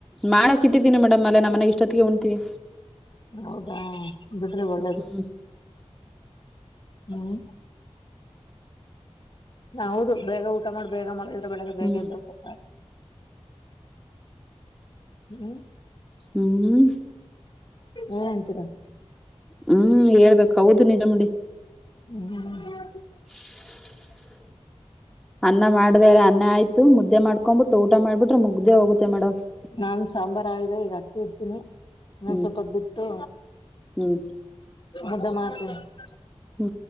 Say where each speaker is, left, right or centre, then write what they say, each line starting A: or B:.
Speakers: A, in the centre; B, on the left.
A: ಮಾಡಕ ಇಟ್ಟಿದೀನಿ ಮೇಡಮ್ ಅಲ್ಲೇ ನಮ್ಮ್ ಮನೆಗ ಇಷ್ಟೊತ್ತಿಗೆ ಉಣ್ತೀವಿ.
B: ಹೌದಾ ಬಿಡ್ರಿ ಒಳ್ಳೇದು.
A: ಹ್ಮ್
B: ಹ್ಮ್. ಹಾ ಹೌದು ಬೇಗ ಊಟ ಮಾಡಿ ಬೇಗ ಮಲಗಿದ್ರೆ ಬೆಳಗ್ಗೆ ಬೇಗ
A: ಹ್ಮ್
B: ಇದ್ದ ಹೋಗ್ಬೇಕು. ಹ್ಮ್.
A: ಹ್ಮ್.
B: ಹನ್ ಎಂತೀರಾ.
A: ಹ್ಮ್ ಹೇಳ್ಬೇಕ್ ಹೌದು ನಿಜ ನೊಡಿ.
B: ಹ್ಮ್.
A: <unintelligible> ಅನ್ನ ಮಾಡ್ದೆ ಅನ್ನ ಆಯ್ತು ಮುದ್ದೆ ಮಾಡಕೊಂಡ ಬಿಟ್ಟು ಊಟ ಮಾಡಬಿಟ್ಟರೆ ಮುಗ್ದೇ ಹೋಗುತ್ತೆ ಮೇಡಂ. <unintelligible>
B: ನಾನ ಸಾಂಬಾರ ಆಯದೆ ಈಗ ಅಕ್ಕಿ ಇಡ್ತೀನಿ. <unintelligible> ಇನ್ನ
A: ಹ್ಮ್
B: ಸ್ವಲ್ಪತ್ತ ಬಿಟ್ಟು
A: ಹ್ಮ್
B: ಮುದ್ದೆ ಮಾಡ್ತೀನಿ. <unintelligible>
A: ಹೂ